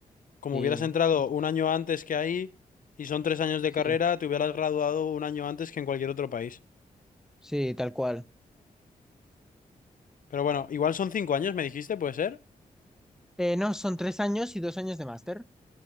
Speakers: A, on the left (about 55°); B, in the centre.
A: como
B: sí,
A: hubieras entrado
B: sí,
A: un año antes que ahí, y son tres años de
B: sí,
A: carrera, te hubieras graduado un año antes que en cualquier otro país.
B: sí, tal cual.
A: Pero bueno, igual son cinco años, me dijiste, ¿puede ser?
B: Eh, no, son tres años y dos años de máster.